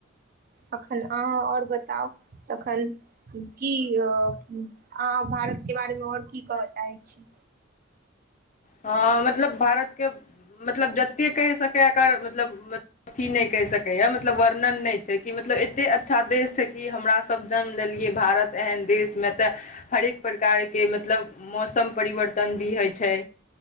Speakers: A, on the right; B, on the left.
A: अखन अहाँ और बताउ तखन? की अ अहाँ भारतके बारेमे ओर की कहऽ चाहैत छि।
B: हँ मतलब भारतके मतलब जतेक कहि सकै एकर मतलब मत अथिी नहि कहि सकै या मतलब वर्णन नहि छै कि मतलब एते अच्छा देश छै कि हमरा सब जन्म लेलियै भारत एहन देशमे तऽ हरेक प्रकारके मतलब मौसम परिवर्तन भी होइ छै।